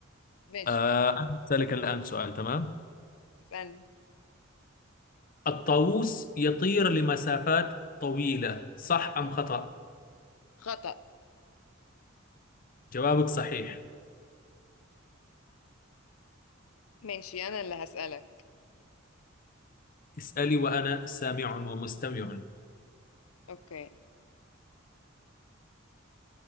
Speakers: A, on the left (about 90°); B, on the left (about 40°).
A: ماشي
B: آه، أنا أسألك الآن سؤال تمام
A: اسالني
B: الطاووس يطير لمسافات طويلة صح أم خطأ؟
A: خطأ
B: جوابك صحيح
A: ماشي انا اللي هسألك
B: اسألي وأنا سامع ومستمع
A: اوكي